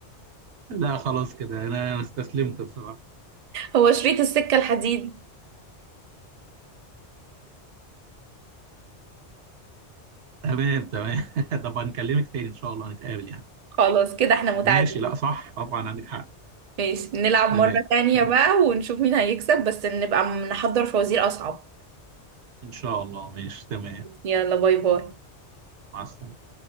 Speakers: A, on the right (about 80°); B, on the right (about 60°).
A: لا خلاص كده انا أنا استسلمت بصراحة
B: هو شريط السكة الحديد
A: تمام تمام <laughs> طب هنكلمك تاني ان شاء الله نتقابل يعني
B: خلاص كده احنا متعادلين
A: ماشي لا صح طبعا عندك حق
B: ماشي نلعب مرة
A: تمام
B: تانية
A: تمام
B: بقى ونشوف مين هيكسب بس نبقى نحضر فوازير أصعب
A: ان شاء الله ماشي تمام
B: يلا باي باي
A: مع السلامة